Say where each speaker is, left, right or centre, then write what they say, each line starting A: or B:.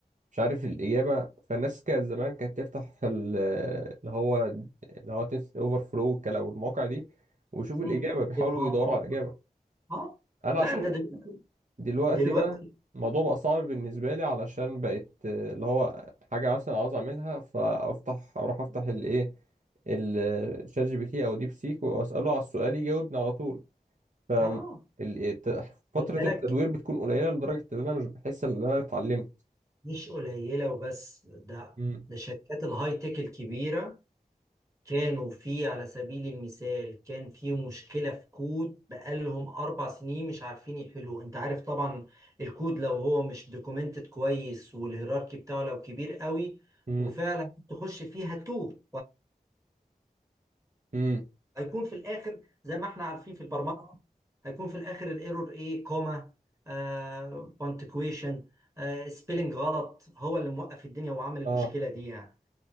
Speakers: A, on the right (about 50°); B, on the right (about 20°).
A: مش عارف الإجابة فالناس كانت زمان كانت تفتح ال- اللي هو اللي هو تنس اوفر فلو والكلام والمواقع دي ويشوفوا
B: مم.
A: الإجابة بيحاولوا
B: جيت هاب
A: يدوروا على الإجابة
B: اه
A: انا
B: لا
A: عشان
B: انت دلوقتي
A: دلوقتي
B: دلوقتي
A: بقى الموضوع بقى صعب بالنسبة لي علشان بقت آه، اللي هو حاجة مثلا عاوز أعملها فأفتح أروح أفتح الإيه الشات جي بي تي أو ديب سيك وأسأله على السؤال يجاوبني على طول ف ال-
B: اه
A: الت- فترة
B: خلي بالك
A: التدوير بتكون قليلة لدرجة إن أنا مش بحس إن أنا اتعلمت
B: مش قليلة وبس ده
A: امم
B: ده شركات الهاي تك الكبيرة كانوا في على سبيل المثال كان في مشكلة في كود بقالهم أربع سنين مش عارفين يحلوه أنت عارف طبعا الكود لو هو مش دوكومنتد كويس والهيراركي بتاعه لو كبير قوي
A: امم
B: وفعلا تخش فيها توه
A: امم
B: هيكون في الاخر زي ما احنا عارفين في البرمجه هيكون في الاخر الايرور ايه كوما آه بونتكويشن آه سبيلنج غلط هو اللي موقف الدنيا وعامل المشكله
A: اه
B: دي يعني